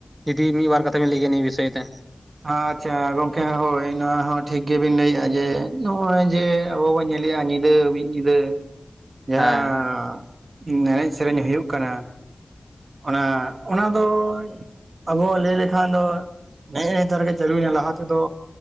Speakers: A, on the right (about 30°); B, on the right (about 85°).
A: ᱡᱩᱫᱤ ᱱᱤᱭᱟᱹ ᱵᱟᱨ ᱠᱚᱛᱮ ᱵᱤᱱ ᱞᱟᱹᱭ ᱠᱮᱭᱟ ᱱᱤᱭᱟᱹ ᱵᱤᱥᱚᱭ ᱛᱮ
B: ᱟᱪᱪᱷᱟ ᱜᱚᱝᱠᱮ ᱦᱳᱭ ᱱᱚᱣᱟ ᱦᱚᱸ ᱴᱷᱤᱠ ᱜᱮᱵᱤᱱ ᱞᱟᱹᱭᱮᱜᱼᱟ ᱡᱮ ᱱᱚᱜᱼᱚᱭ ᱡᱮ ᱟᱵᱚ ᱵᱚᱱ ᱧᱮᱞᱮ ᱟᱜ ᱡᱮ <inaudible> ᱧᱤᱫᱟᱹ ᱢᱤᱫ ᱧᱤᱫᱟᱹ ᱡᱟᱦᱟᱸ
A: ᱦᱮᱸ
B: ᱮᱱᱮᱡ ᱥᱮᱨᱮᱧ ᱦᱩᱭᱩᱜ ᱠᱟᱱᱟ ᱚᱱᱟ ᱚᱱᱟ ᱫᱚᱭ ᱟᱵᱚ ᱟᱜ ᱞᱟᱹᱭ ᱞᱮᱠᱷᱟᱱ ᱫᱚ ᱱᱮᱜ ᱱᱮᱛᱟᱨ ᱜᱮ ᱪᱟᱹᱞᱩ ᱭᱮᱱᱟ ᱞᱟᱦᱟ ᱛᱮᱫᱚ